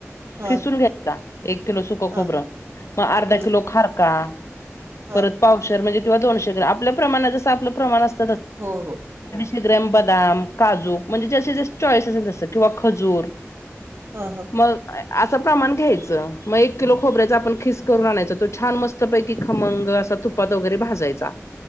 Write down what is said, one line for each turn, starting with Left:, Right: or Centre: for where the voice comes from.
Right: हा
Left: खिसून घ्या ह <unintelligible> एक किलो सुकं
Right: हा
Left: खोबरं, मग अर्धा
Right: हम्म
Left: किलो खारका,
Right: हा
Left: परत पावशर म्हणजे किंवा दोनशे ग्र- आपल्या प्रमाणात जस आपलं प्रमाण अस
Right: हो हो हो
Left: <inaudible> बदाम काजू म्हणजे ज्याची त्याची चॉईस असेल तस किंवा खजूर
Right: हा हा.
Left: मग असं प्रमाण- घ्यायच, मग एक किल खोबऱ्याचा आपण खिस करून आणायच, तो छान मस्त पैकी खमंग असा तुपात वगैरे भाजायचा.